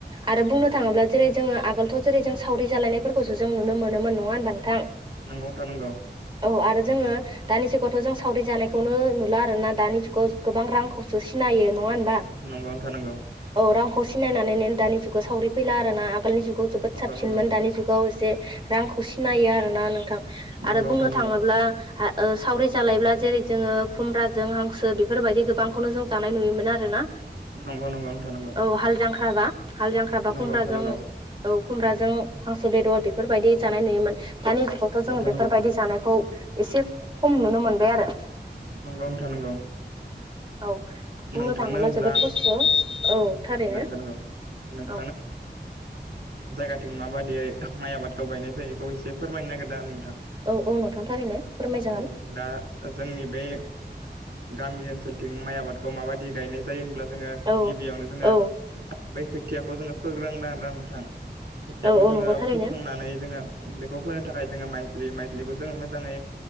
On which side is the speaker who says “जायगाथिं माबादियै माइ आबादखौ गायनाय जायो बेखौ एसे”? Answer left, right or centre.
Right